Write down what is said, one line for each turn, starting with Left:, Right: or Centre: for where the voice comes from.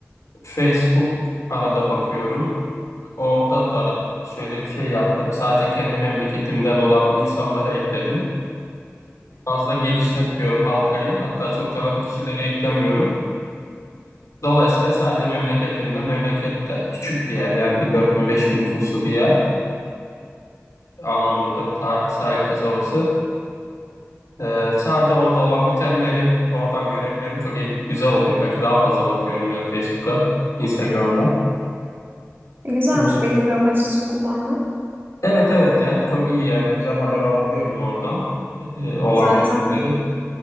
Left: Facebook arada bakıyorum. Orada da şöyle bir şey yaptım. Sadece kendi memleketimden olan insanları ekledim. Fazla genişletmiyorum halkayı. Hatta çok tanıdık kişileri eklemiyorum. Dolayısıyla sadece memleketimden, memleket de küçük bir yer yani bir 4000 bin nüfuslu bir yer. Anamur'da bir ta- sahil kasabası. Ee, sadece orada olan bitenleri oradan görebiliyorum. Çok et- güzel oluyor. Belki daha fazla bakıyorum yani Facebook'a, Instagram'da.
Right: Güzelmiş
Left: Evet
Right: belli bir amaç için kullanma.
Left: evet evet ya çok iyi yani güzel haberi alabiliyorum oradan Ee, olan
Right: Zaten
Left: bitenleri.